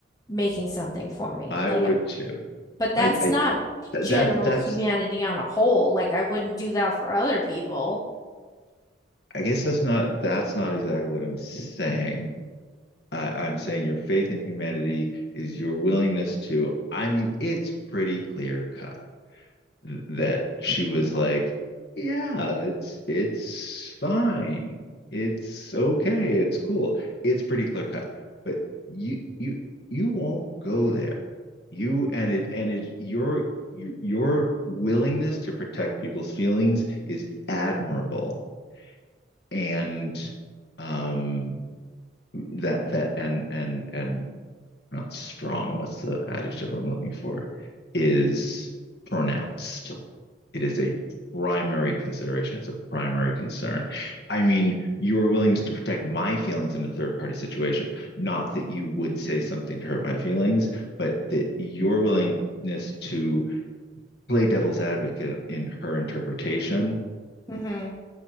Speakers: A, on the left; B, on the left.
A: making something for me.
B: I
A: Like,
B: would too.
A: but that's
B: I, I
A: not
B: that's
A: general
B: that's
A: humanity on a whole. Like I wouldn't do that for other people.
B: I guess that's not that's not exactly what I'm saying. I, I'm saying your faith in humanity is your willingness to. I mean, it's pretty clear cut. th- that she was like, yeah, it's it's fine. It's okay. It's cool. It's pretty clear cut. But you you you won't go there. You and it and it your your your willingness to protect people's feelings is admirable. And um that that and and and not strong, what's the adjective I'm looking for, is pronounced it is a primary consideration. It's a primary concern. I mean, your willingness to protect my feelings in a third party situation, not that you would say something to hurt my feelings, but that your willingness to play devil's advocate in her interpretation,
A: hmm